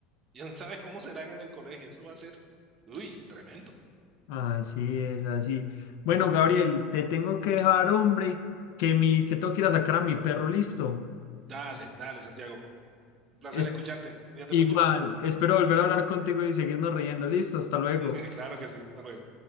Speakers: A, on the right; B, on the left.
A: ya no sabes cómo serán en el colegio, eso va a ser, uy, tremendo.
B: Así es, así. Bueno, Gabriel, te tengo que dejar, hombre, que mi, que tengo que ir a sacar a mi perro, listo.
A: Dale, dale, Santiago, un placer
B: Es
A: escucharte, cuídate
B: igual,
A: mucho.
B: espero volver a hablar contigo y seguirnos riendo, listo, hasta luego.
A: <laughs> Claro que sí, hasta luego.